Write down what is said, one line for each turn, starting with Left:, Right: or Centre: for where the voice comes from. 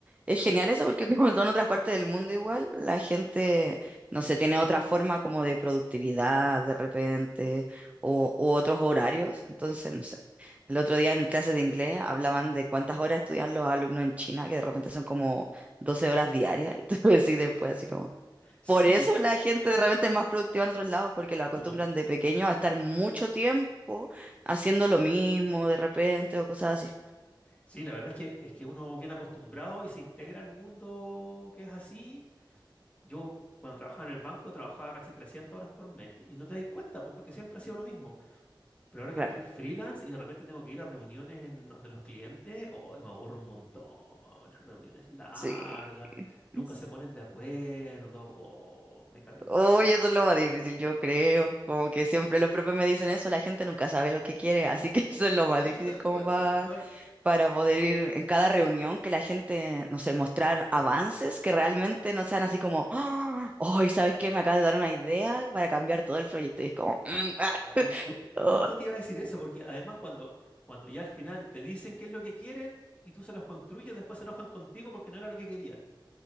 Right: es genial eso porque <laughs> como son otras partes del mundo igual, la gente, no sé, tiene otra forma como de productividad de repente o u otros horarios. Entonces, no sé, el otro día en clases de inglés hablaban de cuántas horas estudian los alumnos en China, que de repente son como 12 horas diarias, <laughs> y tú decís después así como...
Left: <laughs> Sí.
Right: Por eso la gente realmente es más productiva en otros lados, porque la acostumbran
Left: Too much.
Right: de pequeño a estar mucho tiempo haciendo lo mismo de repente o cosas así.
Left: Sí, la verdad es que, es que uno viene acostumbrado y se integra al mundo que es así. Yo cuando trabajaba en el banco trabajaba casi 300 horas por mes y no te das cuenta pues, porque siempre ha sido lo mismo. Pero ahora
Right: Claro,
Left: que estoy freelance y de repente tengo que ir a reuniones en donde los clientes, oh, me aburro un montón. Las reuniones largas,
Right: sí.
Left: nunca
Right: <laughs>
Left: se ponen de acuerdo. Oh, me carga.
Right: Oye, eso es lo más difícil, yo creo. Como que siempre los profes me dicen eso, la gente nunca sabe lo que quiere, así que <laughs> eso es lo
Left: Sí,
Right: más difícil
Left: tal
Right: como
Left: cual,
Right: va
Left: tal cual.
Right: para poder ir en cada reunión que la gente, no sé, mostrar avances que realmente no sean así como, "Ah, hoy, ¿sabes qué? Me acabas de dar una idea para cambiar todo el proyecto. Y es como, "Mm, ah,
Left: Oye, yo
Right: oh".
Left: justo te iba a decir eso, porque además cuando, cuando ya al final te dicen qué es lo que quieren y tú se los construyes, después se enojan contigo porque no era lo que querían.